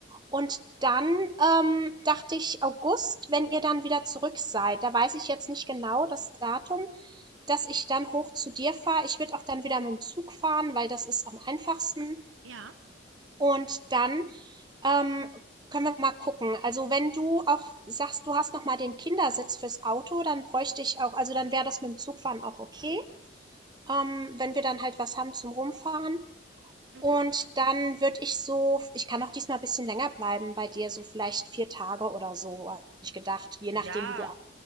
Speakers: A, on the right (about 20°); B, on the right (about 80°).
A: Und dann, ähm, dachte ich, August, wenn ihr dann wieder zurück seid, da weiß ich jetzt nicht genau das Datum, dass ich dann hoch zu dir fahre. Ich würde auch dann wieder mit dem Zug fahren, weil das ist am einfachsten.
B: Ja.
A: Und dann, ähm, können wir mal gucken. Also wenn du auch sagst, du hast noch mal den Kindersitz fürs Auto, dann bräuchte ich auch, also dann wäre das mit dem Zugfahren auch okay. Ähm, wenn wir dann halt was haben zum Rumfahren.
B: Mhm.
A: Und dann würde ich so ich kann auch diesmal ein bisschen länger bleiben bei dir, so vielleicht 4 Tage oder so, habe ich gedacht, je
B: Ja,
A: nachdem, wie du a